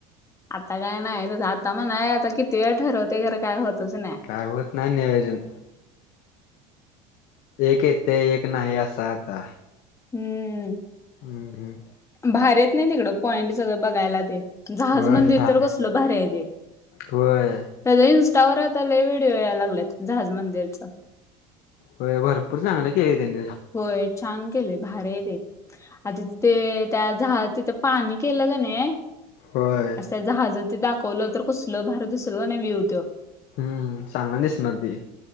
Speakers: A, on the left; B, on the left.
A: आता काय नाय तसं, आता म्हणाया आता किती एळा ठरवतय खरं काय होतच नाय.
B: काय होत नाय नियोजन. एक येतय एक नाही आस आता.
A: हम्मम.
B: हम्म. हम्म
A: भारी आहेत नाई तिकडं पॉइंट सगळं बघायला ते. जहाज
B: होय
A: मंदिर
B: भारी
A: तर कसलं भारी हाय ते.
B: होय
A: त्याचं इंस्टावर आता लय व्हिडिओ याय लागल्यात जहाज मंदिरच‌.
B: होय भरपूर चांगले. केळे त्यांन.
A: होय छान केलय, भारी हाय ते, आधी ते त्या जहाज तिथं पाणी केलं कणई
B: होय
A: असं ते त्या जहाजत ते दाखवलं, तर कसंल भारी दिसल होय नाई विव तो.
B: हम्म, चांगल दिसनार ते.